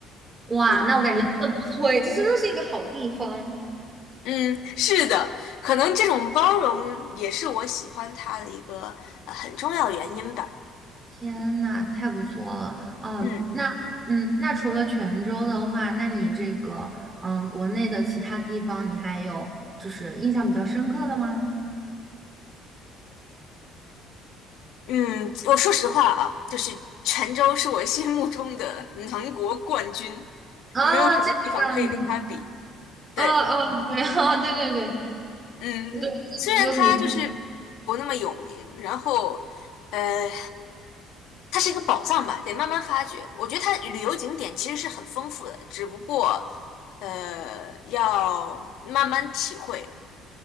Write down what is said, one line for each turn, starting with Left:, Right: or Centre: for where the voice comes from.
Right: 哇，
Left: 那种。
Right: 那我感觉真的不错哎，这真的是一个好地方。
Left: 嗯，是的，可能这种包容也是我喜欢他的一个呃很重要的原因吧。
Right: 天呐，太不错了！哦，
Left: 嗯
Right: 那嗯，那除了泉州的话，那你这个嗯，国内的其他地方你还有就是印象比较深刻的吗？
Left: 嗯，我说实话啊，就是泉州是我心目中的 <laughs> 南国冠军，
Right: 哦，
Left: 没有什么地方可以跟他比。
Right: 这个样子，
Left: 对。
Right: 哦哦，对，<laughs> 哦，对对对
Left: 嗯，
Right: 对，
Left: 虽然它就是不那么有名，
Right: 泉州肯定。
Left: 然后，呃，它是一个宝藏吧，得慢慢发掘。我觉得它旅游景点其实是很丰富的，只不过，呃，要慢慢体会。